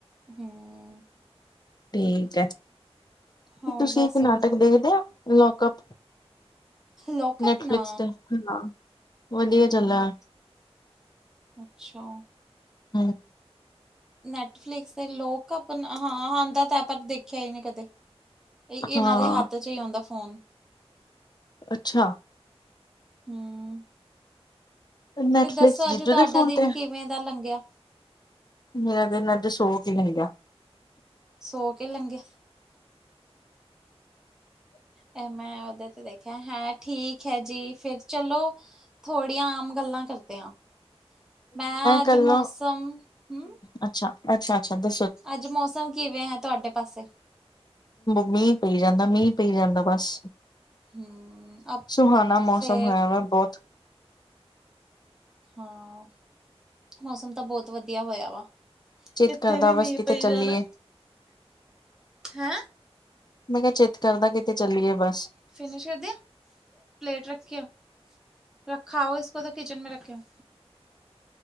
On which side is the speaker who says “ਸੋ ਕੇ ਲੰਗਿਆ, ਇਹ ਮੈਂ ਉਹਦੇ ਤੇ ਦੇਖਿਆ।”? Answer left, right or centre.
Centre